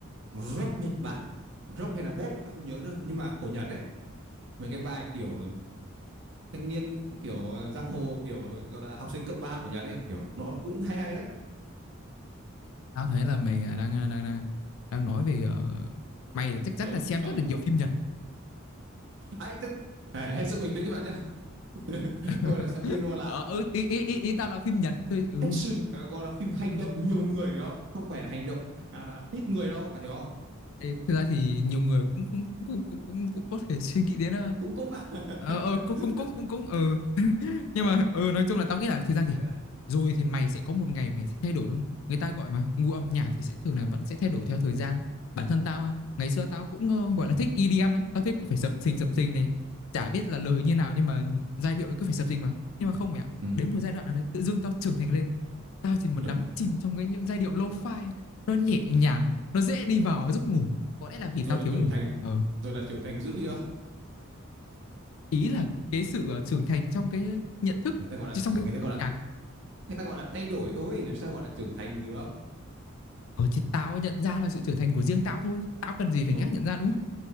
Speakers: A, on the right; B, on the left.
A: rock Nhật Bản rock hay là pop ấy tao không nhớ nữa nhưng mà của Nhật ấy mấy cái bài kiểu thanh niên kiểu giang hồ kiểu gọi là học sinh cấp 3 của Nhật ấy kiểu nó cũng hay hay đấy
B: Tao thấy là mày à, đang à, đang đang đang nói về ờ, mày chắc
A: lẩu
B: chắn là xem
A: thập cẩm
B: rất là nhiều phim Nhật.
A: <laughs> ấy hết sức bình tĩnh các bạn nhé <laughs>
B: <laughs>
A: thôi là xem phim nó là
B: Ờ ừ, ý, ý ý ý tao là phim Nhật thôi. Ừ.
A: action ờ, gọi là phim hành động nhiều người hiểu không không phải là hành động à, ít người đâu bạn hiểu không
B: Ê, thực ra thì nhiều người cũng cũng cũng cũng cũng, cũng có thể suy nghĩ đến ờ
A: cũng cũng à
B: ờ ờ,
A: <laughs>
B: cũng cũng cũng cũng cũng ờ <laughs> nhưng
A: đúng
B: mà ờ nói chung là tao nghĩ là thực ra thì
A: đây là
B: rồi thì mày sẽ có một ngày mày sẽ thay đổi thôi người ta gọi mà gu âm nhạc thì sẽ thường là vẫn sẽ thay đổi theo thời gian bản thân tao à ngày xưa tao cũng ờ, gọi là thích EDM lắm tao thích cứ phải sập sình sập sình này chả biết là lời như nào nhưng mà giai điệu nó cứ phải sập sình mà nhưng mà không mày ạ
A: ừ.
B: đến một giai đoạn nào đấy tự dưng tao trưởng thành lên tao chỉ muốn
A: Ui
B: đắm chìm trong cái những giai điệu lo-fi nó nhẹ nhàng nó dễ đi vào giấc ngủ có lẽ là vì
A: rồi
B: tao
A: là
B: thiếu
A: trưởng
B: ngủ
A: thành
B: ờ,
A: rồi là trưởng thành dữ chưa
B: ý là cái sự ờ, trưởng thành trong cái nhận thức
A: người ta gọi là
B: trong cái
A: người
B: gu
A: ta gọi
B: âm
A: là
B: nhạc
A: người ta gọi là thay đổi thôi làm sao gọi là trưởng thành được
B: ờ chứ tao nhận ra là sự trưởng thành của riêng tao thôi tao cần gì phải
A: ok
B: nhắc nhận ra đúng không